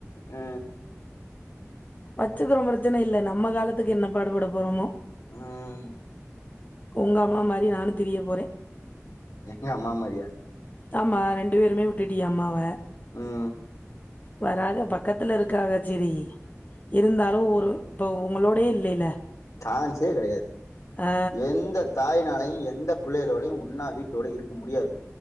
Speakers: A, on the left; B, on the left.
A: அ
B: வச்சுக்குறோ பிரச்சன இல்லண்ணா நம்ம காலத்துக்கு என்ன பாடுப்பட போறோமோ
A: ம்
B: உங்க அம்மா மாரி நானு திரிய போறே
A: எங்க அம்மா மாரியா
B: ஆமா ரெண்டு பேருமே உட்டிட்டிக அம்மாவ
A: ம்
B: வராக பக்கத்துல இருக்காக செரி இருந்தாலு ஒரு இப்போ உங்களோடயே இல்லைல
A: சான்சே கெடையாது
B: ஆ
A: எந்த தாய்னாளையு எந்த எந்த புள்ளைகளோடையு ஒன்னா வீட்டோட இருக்க முடியாது